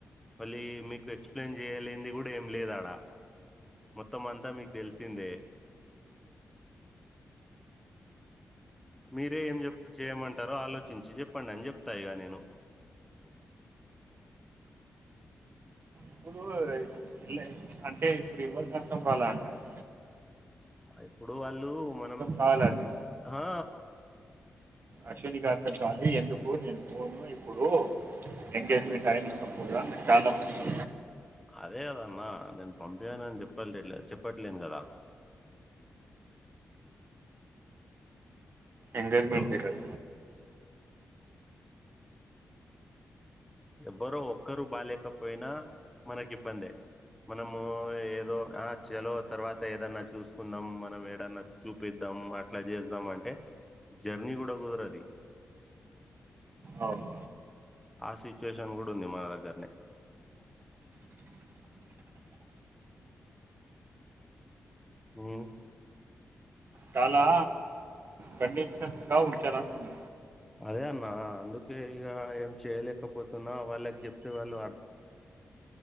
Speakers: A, in the centre; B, on the right (about 55°).
A: మళ్ళీ మీకు ఎక్స్ప్లెయిన్ చేయలేనది కూడా ఏం లేదాడా మొత్తం అంతా మీకు తెలిసిందే మీరే ఏం చెప్ చేయమంటారో ఆలోచించి చెప్పండి అని చెప్తా ఇగా నేను
B: ఇప్పుడు ఇల్ల- అంటే ఇప్పుడు ఎవరికి అర్థం కాల అంటారు
A: ఇప్పుడు వాళ్ళు మనం
B: కావాలి అది
A: ఆ
B: అశ్వినికి అర్థం కాలే ఎందుకు నేను పోను ఇప్పుడు ఎంగేజ్మెంట్ అయినక్క పొయినాక చానా మంది
A: అదే కదా అన్న నేను పంపినని చెప్పలే చెప్పట్లేను కదా
B: ఎంగేజ్మెంట్
A: ఎవ్-
B: ఇ రోజ
A: ఎవ్వరో ఒక్కరు బాాలేకపోయినా మనకి ఇబ్బందే మనము ఏదో ఆ చలో తర్వాత ఏదన్నా చూసుకుందాం మనం ఏడన్నా చూపిద్దాం ధం అట్లా చేద్దాం అంటే జర్నీ కూడా కుదరది
B: అవున్
A: ఆ సిచ్యుయేషన్ కూడా ఉంది మన దగ్గర్నే నేన
B: చాలా కండిషన్ గా ఉంచను అంటున్న
A: అదే అన్న అందుకే ఇక ఏం చేయలేకపోతున్నా వాళ్ళకి చెప్తే వాళ్ళు అర్